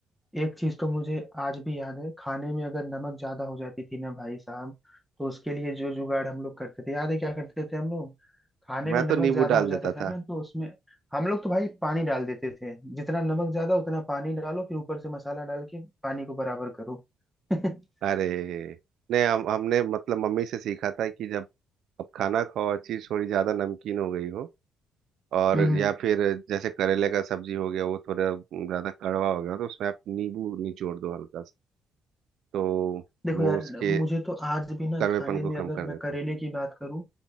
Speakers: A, in the centre; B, on the right (about 75°).
A: एक चीज तो मुझे आज भी याद है खाने में अगर नमक ज्यादा हो जाती थी ना भाई साहब तो उसके लिए जो जुगाड़ हम लोग करते थे याद है क्या करते थे हम लोग खाने
B: मैं
A: में नमक
B: तो नींबू
A: ज्यादा
B: डाल
A: हो जाता
B: देता
A: था
B: था
A: ना तो उसमें हम लोग तो भाई पानी डाल देते थे जितना नमक ज्यादा उतना पानी डालो फिर ऊपर से मसाला डाल के पानी को बराबर करो <laughs>
B: अरे नहीं हम हमने मतलब मम्मी से सीखा था कि जब अब खाना खाओ और चीज़ थोड़ी ज़्यादा नमकीन हो गई हो और
A: हम्म
B: या फिर जैसे करेले का सब्जी हो गया वो थोड़ा ज़्यादा कड़वा हो गया तो उसमें आप नींबू निचोड़ दो हल्का सा तो
A: देखो
B: वो
A: यार
B: उसके
A: मुझे तो आज भी ना
B: कड़वेपन
A: खाने में
B: को कम
A: अगर
B: कर देता
A: मैं करेले
B: है
A: की बात करूं